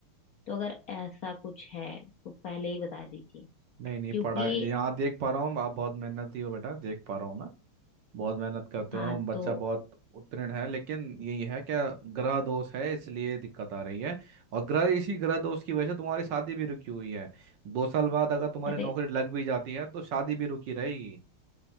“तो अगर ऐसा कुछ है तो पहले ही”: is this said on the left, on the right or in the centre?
Left